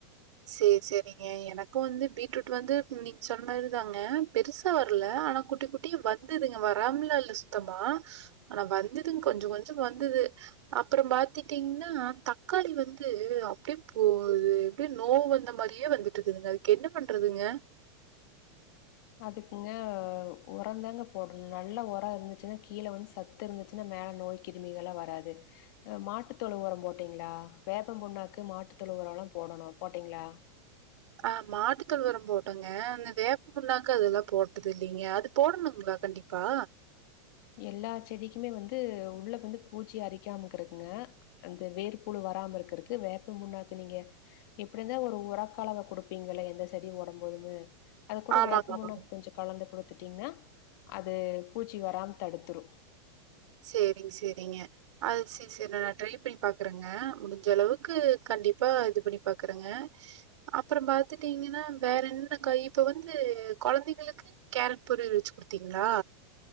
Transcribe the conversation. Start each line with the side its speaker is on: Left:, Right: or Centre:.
Right: சேர் சேரிங்க எனக்கு வந்து பீட்ரூட் வந்து நீங்க சொன்ன மாரிதாங்க பெருசா வரல ஆனா குட்டி குட்டி வந்துதுங்க வராமாலா இல்ல சுத்தமா ஆனா வந்துதுங் கொஞ்சோ கொஞ்சோ வந்தது அப்புறோ பாத்துட்டீங்னா தக்காளி வந்து அப்டியே போது அப்டியே நோவு வந்த மாரியே வந்துட்டுடிருக்குதுங்க அதுக்கு என்ன பண்றதுங்க
Left: அதுக்குங்க உரந்தாங்க போடணு நல்லா உரோ இருந்துச்சுன்னா கீழ வந்து சத்து இருந்துச்சுன்னா மேல நோய் கிருமிகள்ளா வராது மாட்டுத்தொழு உரம் போட்டீங்களா வேப்பம் பூண்ணாக்கு மாட்டுத்தெழு உரோ எல்லா போடணு போட்டீங்களா
Right: அ மாட்டுத்தோழுவெரோ போட்டங்க அந்த வேப்பம் புன்னாக்கு அதெல்லா போட்டது இல்லங்க அது போடணுங்களா கண்டிப்பா
Left: எல்லா செடிக்குமே வந்து உள்ள வந்து பூச்சி அரிக்காம இருக்கறக்குங்க அந்த வேர்பூழு வராம இருக்கறக்கு வேப்ப புன்னாக்கு நீங்க எப்டி இருந்தா ஒரு உரக்க களவ குடுப்பீங்க எந்த செடி ஓடும் போதும்னு அது கூட
Right: ஆமாங்க,
Left: வேப்பமுன்னாக்கு
Right: ஆமாங்க.
Left: கொஞ்சோ கலந்து குடுத்து ங்கன்னா அது பூச்சி வராம் தடுத்துரு
Right: செரிங்க செரிங்க அது செரி செரி ந நா ட்ரை பண்ணி பாக்குறேங்க முடிஞ்ச அளவுக்கு கண்டிப்பா இது பண்ணி பாக்குறேங்க அப்புறோ பாத்துட்டீங்கன்னா வேற என்ன கை இப்ப வந்து கொழந்தைங்களுக்கு கேரட் பொரியல் வெச்சு குடுத்தீங்களா